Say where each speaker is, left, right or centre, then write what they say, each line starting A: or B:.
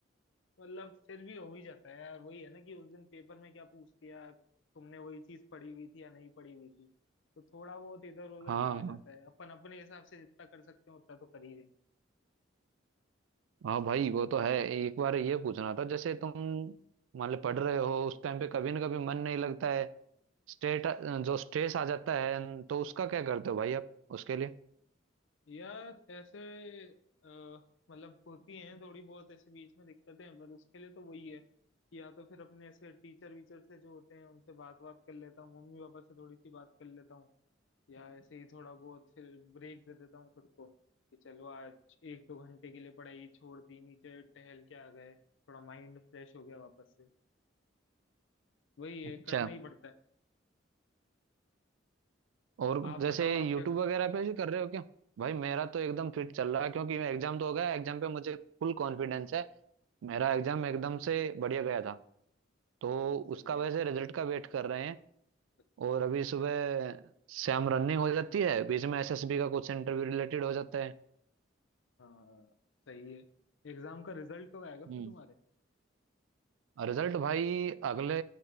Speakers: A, on the left (about 70°); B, on the right (about 80°).
A: मतलब फिर भी हो ही जाता है यार वही है ना कि उस दिन पेपर में क्या पूछ लिया तुमने वही चीज पढ़ी हुई थी या नहीं पढ़ी हुई थी तो थोड़ा बहुत इधर उधर
B: हाँ
A: का आ जाता है अपन अपने हिसाब से जितना कर सकते हैं उतना तो कर ही रहे हैं
B: हाँ भाई वो तो है एक बार ये पूछना था जैसे तुम मान लो पढ़ रहे हो उस टाइम पे कभी ना कभी मन नहीं लगता है स्टेट जो स्ट्रेस आ जाता है तो उसका क्या करते हो भाई आप उसके लिए
A: यार ऐसे अ, मतलब होती हैं थोड़ी बहुत ऐसे बीच में दिक्कतें हैं पर उसके लिए तो वही है कि या तो फिर अपने ऐसे टीचर वीचर से जो होते हैं उनसे बात बात कर लेता हूँ मम्मी पापा से थोड़ी सी बात कर लेता हूँ या ऐसे ही थोड़ा बहुत फिर ब्रेक दे देता हूँ खुद को कि चलो आज एक दो घंटे के लिए पढ़ाई छोड़ दी नीचे टहल के आ गए थोड़ा माइंड फ्रेश हो गया वापस से वही है
B: अच्छा
A: करना ही पड़ता है
B: और
A: आप
B: जैसे
A: बताओ आप
B: यूट्यूब
A: क्या करते
B: वगैरह पे भी कर रहे हो क्या भाई मेरा तो एकदम फिट चल रहा है क्योंकि मैं एग्जाम तो हो गया एग्जाम पे मुझे फुल कॉन्फिडेंस है मेरा एग्जाम एकदम से बढ़िया गया था तो
A: हैं सही
B: उसका वैसे
A: है
B: रिजल्ट का वेट कर रहे हैं
A: अच्छा
B: और अभी सुबह शाम रनिंग हो जाती है बीच में एसएसबी का कुछ इंटरव्यू रिलेटेड हो जाता है
A: हाँ सही है एग्जाम का रिजल्ट कब आएगा फिर
B: हम्म
A: तुम्हारे
B: रिजल्ट भाई अगले